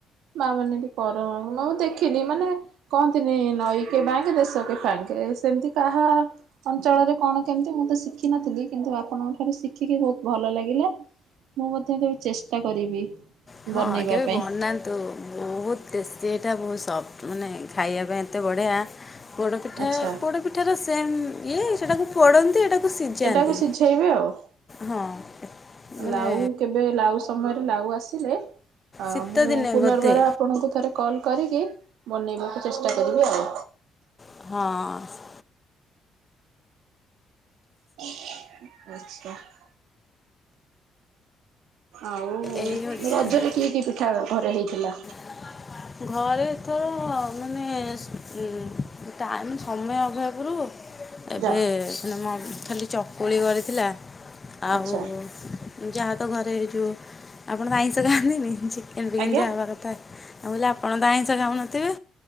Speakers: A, on the right; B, on the left.
A: ମା ମାନେ ବି କର ମୁଁ ଦେଖିନି ମାନେ କହନ୍ତିନି ନଈକେ ବାଙ୍କେ ଦେଶକେ ଫାଙ୍କେ ସେମିତି କାହା ଅଞ୍ଚଳରେ କଣ କେମିତି ମୁଁ ତ ଶି ଶିଖିନଥିଲି କିନ୍ତୁ ଆପଣଙ୍କଠାରୁ ଶିଖିକି ବହୁତ ଭଲ ଲାଗିଲା। ମୁଁ ମଧ୍ୟ କେବେ ଚେଷ୍ଟା କରିବି।
B: ହଁ
A: ବନେଇବା
B: କେବେ
A: ପାଇଁ
B: ବନା ତ ବହୁତୁ ଟେଷ୍ଟି ଏଇଟା ବହୁତ ସଫ୍ଟ ମାନେ ଖାଇବା ପାଇଁ ଏତେ ବଢିଆ ପୋଡପିଠା
A: ଆଚ୍ଛା।
B: ପୋଡ ପିଠାର ସେମ ଇଏ ସେଟାକୁ ପୋଡନ୍ତି ଏଇଟା କୁ ସିଜାନ୍ତି
A: ଏଟାକୁ ସିଝେଇବେ ଆଉ।
B: ହଁ ମାନେ
A: ଲାଉ କେବେ ଲାଉ ସମୟରେ ଲାଉ ଆସିଲେ ଆ
B: ଶୀତ
A: ମୁଁ
B: ଦିନେ
A: ପୁନର୍ବାର
B: ବୋଧେ
A: ଆ ଆପଣଙ୍କୁ ଥରେ କଲ୍ କରିକି ବନେଇବାକୁ ଚେଷ୍ଟା କରିବି ଆଉ।
B: ହଁ।
A: <inaudible> ଆଉ
B: ଏଇ ହେଉଛି
A: ରଜରେ କିଏ କି ପିଠା ଘରେ ହେଇଥିଲା?
B: <unintelligible> ଘରେ ତ ମାନେ ଉଁ ଟାଇମ୍ ସମୟ ଅଭାବରୁ ଏବେ
A: ଯା
B: ହେନା ମମ୍ ଖାଲି ଚକୁଳି କରିଥିଲା। ଆଉ
A: ଆଚ୍ଛା।
B: ଯାହାତ ଘରେ ଏଇ ଯୋଉ ଆପଣ ତ ଆଇଁଷ ଖାଆନ୍ତିନି ଚିକେନ ଫିକେନ୍
A: ଆଜ୍ଞା
B: ଯାହା ଘରେ ଥାଏ। ଆଉ ହେଲେ ଆପଣ ତ ଆଇଁଷ ଖାଉନଥିବେ